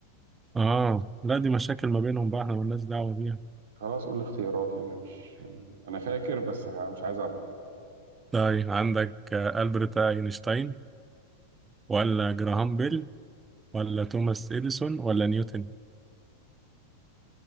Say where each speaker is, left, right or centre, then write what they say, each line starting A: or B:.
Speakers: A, on the right; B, on the right.
A: آه لا دي مشاكل ما بينهم بقى احنا مالناش دعوة بيها
B: خلاص قول الاختيارات لأن أنا مش يعني أنا فاكر بس ه- مش عايز أغلط
A: طيب عندك آه، ألبرت أينشتاين ولا جراهام بيل ولا توماس إديسون ولا نيوتن